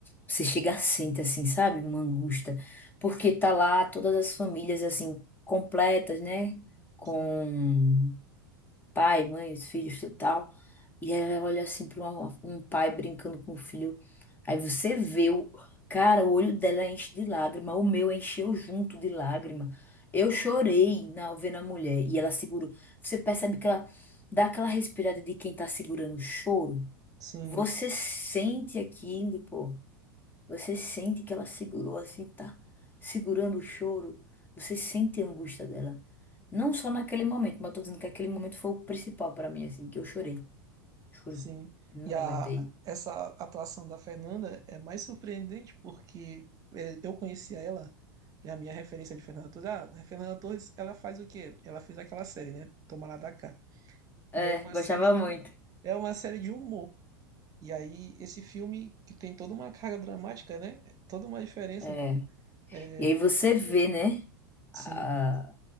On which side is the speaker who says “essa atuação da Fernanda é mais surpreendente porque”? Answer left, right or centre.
Right